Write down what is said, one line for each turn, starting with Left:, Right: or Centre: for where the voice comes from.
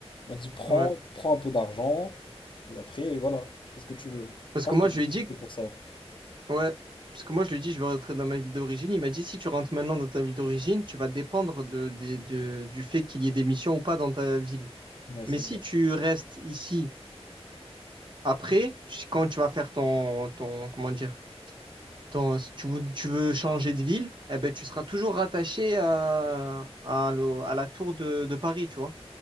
Left: On m'a dit prends,
Right: Ouais.
Left: prends un peu d'argent, et après, voilà, tu fais ce que tu veux. Je
Right: Parce
Left: pense
Right: que moi,
Left: que j'ai
Right: je
Left: plus
Right: lui ai dit,
Left: opté pour ça.
Right: ouais, parce que moi, je lui ai dit, je vais rentrer dans ma vie d'origine. Il m'a dit, si tu rentres maintenant dans ta vie d'origine, tu vas dépendre de, des- de- du fait qu'il y ait des missions ou pas dans ta ville.
Left: Ouais,
Right: Mais
Left: c'est
Right: si
Left: vrai.
Right: tu restes ici après, tu- quand tu vas faire ton, ton, comment dire, ton, si tu veux, tu veux changer de ville, eh ben, tu seras toujours rattaché à, à, l'eau- à la tour de, de Paris, tu vois.